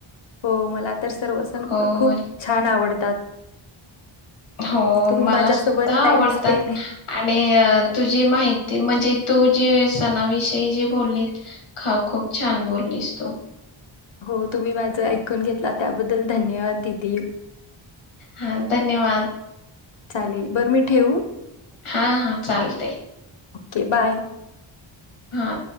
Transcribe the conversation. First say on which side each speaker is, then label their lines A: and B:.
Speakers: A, on the left (about 65°); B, on the left (about 90°).
A: हो- मला तर सर्व सण
B: हो
A: खूप छान आवडतात.
B: हो
A: तुम्ही
B: -मला
A: माझ्यासोबत
B: सुद्धा
A: टाइम
B: आवडतात,
A: स्पेंड
B: आणि -तुझी माहिती म्हणजे- तू जे सणाविषयी जे बोललीस खा खूप छान बोललीस तू.
A: हो तुम्ही माझं ऐकून घेतल त्याबद्दल- धन्यवाद दिदी.
B: हा धन्यवाद
A: चालेल बरं मी ठेवू?
B: हा हा चालतय.
A: Okay bye.
B: हा.